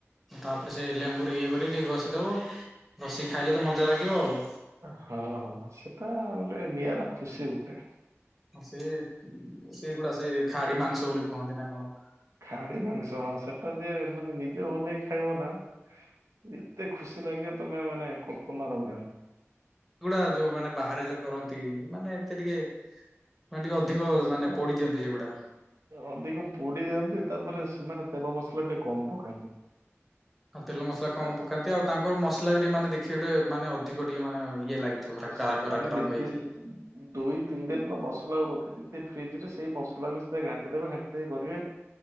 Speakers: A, in the centre; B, on the right.
A: ତାପରେ ସେ ଲେମ୍ବୁରୁ ଇଏ କରିକି ଟିକେ ଘଷିଦବ ଘଷି ଖାଇଲେ ତ ମଜା ଲାଗିବ ଆଉ।
B: ହଁ ହଁ ସେଟା ଗୋଟେ ନିଆରା ଖୁସି ଗୋଟେ।
A: ସେଏ ସେଗୁଡା ସେ ଖାଡି ମାଂସ ବୋଲି କୁହନ୍ତି ନା କଣ।
B: ଖାଡି ମାଂସ ସେଟା ଯେ ମାନେ ନିଜେ ବନେଇ ଖାଇବ ନା ଏତେ ଖୁସି ଲାଗିବ ତମେ ମାନେ କଳ୍ପନା ର ବାହାରେ।
A: ସେଗୁଡା ଯୋଉ ମାନେ ବାହାରେ ଯୋଉ କରନ୍ତି ମାନେ ଏତେ ଟିକେ ମାନେ ଟିକେ ଅଧିକ
B: ସେମାନେ
A: ମାନେ ପୋଡି ଦିଅନ୍ତି ସେଗୁଡା।
B: ଅଧିକ ପୋଡ଼ି ଦିଅନ୍ତି ତାପରେ ସେମାନେ ତେଲ ମସଲା ଟିକେ କମ ପକାନ୍ତି।
A: ଆଉ ତେଲ ମସଲା କମ୍
B: ତାର
A: ପକାନ୍ତି ଆଉ ତାଙ୍କର ମସଲା ବି ଟିକେ ମାନ ଦେଖି ଗୋଟେ ମେ ଅଧିକ ଟିକେ ମାନେ ଇଏ ଲାଗିବ। ପୁରା
B: ସେମାନେ ଦି
A: <unintelligible> ହେଇକି
B: ତି ଦୁଇ ତିନି ଦିନର ମସଲା ରଖିଦେଇଛି ଫ୍ରିଜ ରେ ସେଇ ମସଲା ବି ସେ ଘାଣ୍ଟି ଦେବେ ଘାଣ୍ଟି କରିବେ।